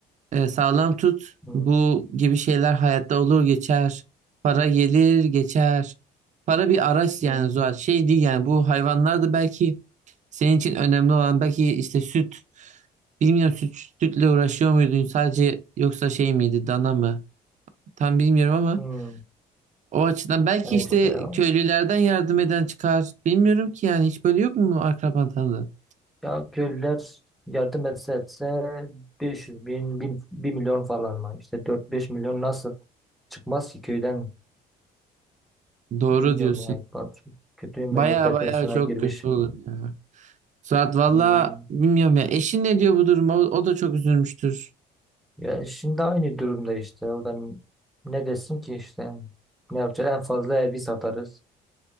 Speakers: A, on the right (about 45°); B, in the centre.
A: e, sağlam tut.
B: Hmm,
A: Bu gibi şeyler hayatta olur geçer. Para gelir geçer. Para bir araç
B: bilmiyorum.
A: yani Zuhat. Şey değil yani bu hayvanlar da belki senin için önemli olan belki işte süt. Bilmiyorum süt, sütle uğraşıyor muydun sadece yoksa şey miydi dana mı? Tam bilmiyorum ama.
B: Hmm,
A: O açıdan belki
B: ha
A: işte
B: işte ya.
A: köylülerden yardım eden çıkar. Bilmiyorum ki yani hiç böyle yok mu akraban tanıdığın?
B: Ya köylüler yardım etse etse 500 bin, bin bir milyon falan mı? İşte dört beş milyon nasıl çıkmaz ki köyden?
A: Doğru
B: Bilmiyorum
A: diyorsun.
B: ya. İkbal. Çok Kötüyüm
A: Baya
B: ben de depresyona
A: baya çok
B: girmişim.
A: kötü olur ya. Suat valla
B: Hmm.
A: bilmiyorum ya. Eşin ne diyor bu duruma? O, o da çok üzülmüştür.
B: Ya şimdi aynı durumda işte. O da ne desin ki işte. Ne yapacağız? En fazla evi satarız.